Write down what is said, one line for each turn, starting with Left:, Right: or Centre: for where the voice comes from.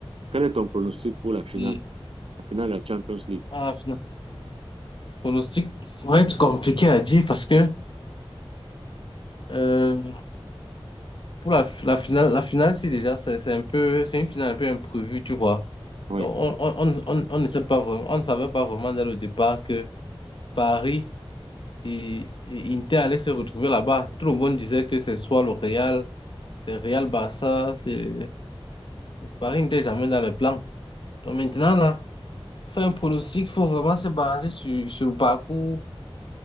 Right: Quel est ton pronostic pour la finale?
Left: Et
Right: La finale de la Champions League.
Left: ah, final... pronostic, ça va être compliqué à dire parce que euh, pour la, la finale, la finale, c'est déjà, c'est c'est un peu, c'est une finale un peu imprévue, tu vois.
Right: Oui.
Left: Donc, on, on, on, on, on ne sait pas vraiment, on ne savait pas vraiment dès le départ que Paris et, et Inter allaient se retrouver là-bas. Tout le monde disait que c'est soit le Real, c'est Real Barça, c'est Paris n'était jamais dans le plan. Donc maintenant, là, Faire un pronostic, il faut vraiment se baser sur, sur le parcours.